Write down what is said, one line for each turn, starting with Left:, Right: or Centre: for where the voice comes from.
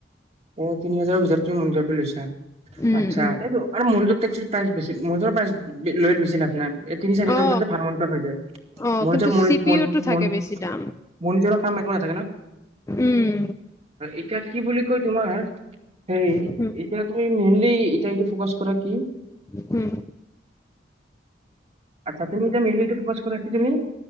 Right: অ তিনি হাজাৰৰ ভিতৰত তুমি মনিটৰটো লৈছা?
Left: উম
Right: আচ্ছা,
Left: উম।
Right: আৰু মনিটৰ <unintelligible> মনিটৰ পাই লৈ বেছি লাভ নাই। এই তিনি চাৰি হাজাৰ
Left: অ
Right: ভিতৰতে ভাল মনিটৰ হৈ যায়। <unintelligible>
Left: অ কিন্তু চি পি ইউটো থাকে বেছি দাম
Right: মনিটৰৰ কাম একো নাথাকে ন?
Left: উম
Right: এতিয়া কি বুলি কৈ তোমাৰ সেই
Left: উম
Right: এতিয়া তুমি মেইনলি এই টাইম টো ফকাছ কৰা কি?
Left: হম।
Right: আচ্ছা তুমি এতিয়া মেইলিটো ফকাচ কৰা কি তুমি